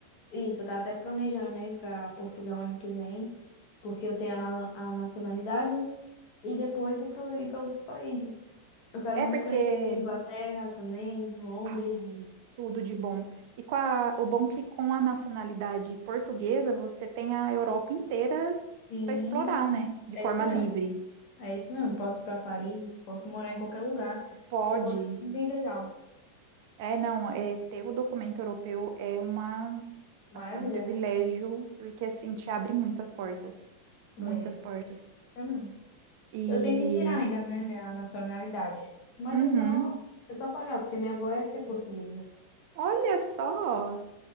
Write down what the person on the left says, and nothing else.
Isso, eu tava até planejando, né, para Portugal ano que vem, porque eu tenho a, na- a nacionalidade, e depois ir para ir para outros países. Eu quero
muito
conhecer Inglaterra também, Londres.
Sim,
é
isso mesmo.
É isso mesmo. Posso ir para Paris, posso morar em qualquer lugar,
que eu vou estar bem legal.
Maravilha,
né?
É,
é mesmo.
Eu tenho que tirar ainda, né, minha nacionalidade. Mas
é só, é só pagar, porque minha avó é que é portuguesa.